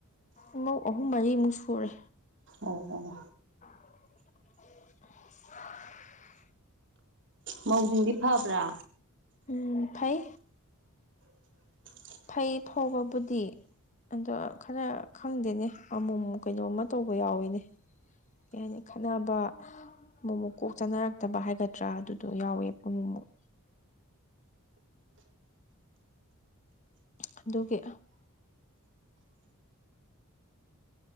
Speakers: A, on the left (about 35°); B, on the right (about 55°).
A: ꯏꯃꯧ ꯑꯍꯨꯝ ꯃꯔꯤꯃꯨꯛ ꯁꯨꯔꯦ
B: ꯑꯣꯍꯣ
A: <inaudible>
B: ꯃꯧꯖꯤꯡꯗꯤ ꯐꯕ꯭ꯔꯥ
A: ꯎꯝ ꯐꯩ
B: <inaudible>
A: ꯐꯩ ꯐꯕꯕꯨꯗꯤ ꯑꯗꯣ ꯈꯔ ꯈꯪꯗꯦꯅꯦ ꯑꯃꯨꯃꯨꯡ ꯀꯩꯅꯣꯝꯃ ꯇꯧꯕ ꯌꯥꯎꯋꯤꯅꯦ ꯀꯩ ꯍꯥꯏꯅꯤ ꯈꯠꯅꯕ ꯑꯃꯨꯃꯨꯛ ꯀꯣꯛ ꯆꯥꯟꯅꯔꯛꯇꯕ ꯍꯥꯏꯒꯗ꯭ꯔꯥ ꯑꯗꯨꯗꯣ ꯌꯥꯎꯋꯦ ꯑꯃꯨꯃꯨꯛ ꯑꯗꯨꯒꯤ